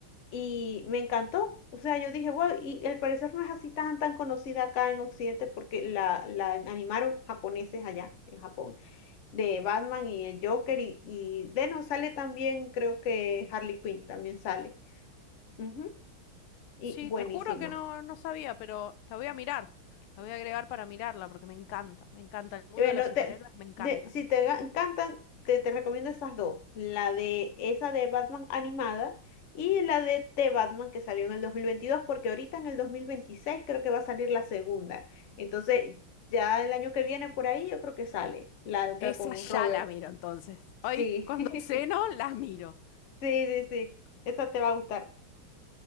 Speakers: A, on the left; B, on the left.
A: y me encantó. O sea, yo dije, wow, y al parecer no es así tan, tan conocida acá en Occidente porque la, la animaron japoneses allá en Japón, de Batman y el Joker y, y de no, sale también, creo que Harley Quinn también sale. Ujú, Y
B: Sí,
A: buenísima.
B: te juro que no, no sabía, pero la voy a mirar. La voy a agregar para mirarla porque me encanta, me encanta. El mundo
A: Y Bueno,
B: de los superhéroes
A: te-
B: me encanta.
A: de- si te ga- encantan, te, te recomiendo esas dos. La de esa de Batman animada y la de The Batman que salió en el 2022 porque ahorita en el 2026 creo que va a salir la segunda. Entonces, ya el año que viene por ahí yo creo que sale la otra
B: Esa
A: con
B: ya
A: Robert.
B: la miro entonces.
A: Sí,
B: Hoy, cuando
A: <laughs> sí,
B: <laughs> ceno, la miro.
A: sí, sí. Esa te va a gustar.